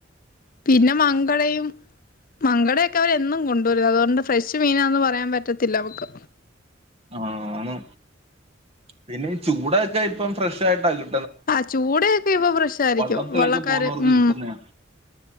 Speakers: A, on the left; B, on the right.
A: പിന്നെ മംഗളയും മങ്കട ഒക്കെ അവര് എന്നും കൊണ്ട് വരും അതുകൊണ്ട് ഫ്രഷ് മീൻ ആന്ന് പറയാൻ പറ്റത്തില്ല നമ്മക്ക്
B: ആന്ന് പിന്നെ ഈ ചുടായൊക്കെ ഇപ്പോ ഫ്രഷ് ആയിട്ട കി
A: ആഹ് ചൂടയൊക്കെ ഇപ്പോ ഫ്രഷ് ആയിരിക്കും
B: വള്ളത്തിലൊക്കെ
A: വള്ളക്കാര്
B: പോകുന്നവർക്ക്
A: ഉം
B: കിട്ടുന്നയാ